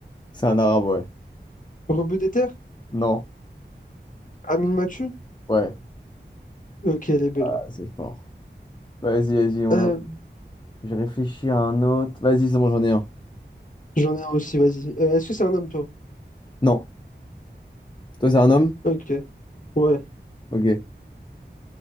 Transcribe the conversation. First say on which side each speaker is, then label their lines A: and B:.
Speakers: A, on the left; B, on the left.
A: C'est un arabe, ouais.
B: rebeu des terres,
A: Non.
B: Amin Mathieu.
A: Ouais.
B: Ok, elle est belle.
A: Ah, c'est fort. Vas-y, vas-y, on...
B: Euh,
A: Je réfléchis à un autre. Vas-y, c'est bon, j'en ai un.
B: j'en ai un aussi, vas-y. Euh, est-ce que c'est un homme, toi?
A: Non. Toi, c'est un homme?
B: Ok, ouais.
A: Ok.